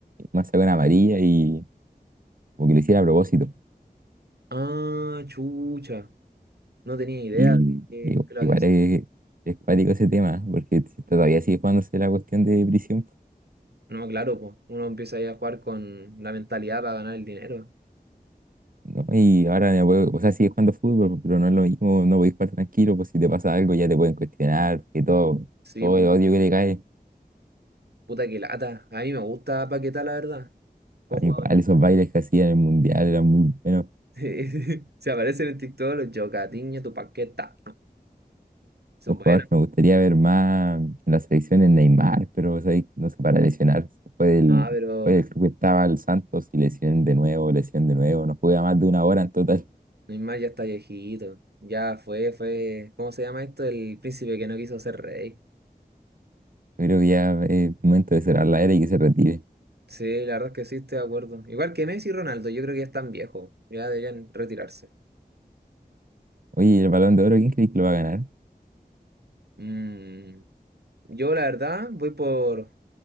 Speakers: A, on the right (about 60°); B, on the right (about 85°).
A: más sacó una amarilla y como que lo hiciera a propósito.
B: Ah, chucha. No tenía idea
A: Y,
B: de que,
A: y
B: que lo
A: igual
B: habían
A: es, es cuático ese tema, porque todavía sigue jugándose la cuestión de prisión
B: No, claro, po. Uno empieza ahí a jugar con la mentalidad para ganar el dinero.
A: ¿no? Y ahora, ya puedo- o sea, sigue jugando fútbol, pero no es lo mismo, no podéis jugar tranquilo, pues si te pasa algo ya te pueden cuestionar, que todo,
B: Sí,
A: todo
B: po.
A: el odio que le cae.
B: Puta que lata. A mí me gusta Paquetá, la verdad. Como
A: Al
B: jugador.
A: Igual esos bailes que hacían en el Mundial eran muy buenos.
B: <laughs> Se aparecen en TikTok los Jocatiño, tu Paquetá. Son
A: Un jugador
B: buenas.
A: que me gustaría ver más en la selección es Neymar, pero o sea, ahí no sé, para lesionar. Fue del,
B: No, pero
A: fue del club que estaba el Santos y lesión de nuevo, lesión de nuevo. No juega más de una hora en total.
B: Neymar ya está viejito. Ya fue, fue. ¿Cómo se llama esto? El príncipe que no quiso ser rey.
A: Yo creo que ya es momento de cerrar la era y que se retire.
B: Sí, la verdad es que sí, estoy de acuerdo. Igual que Messi y Ronaldo, yo creo que ya están viejos. Ya deberían retirarse.
A: Oye, ¿y el Balón de Oro, ¿quién crees que lo va a ganar?
B: Mm, Yo, la verdad, voy por,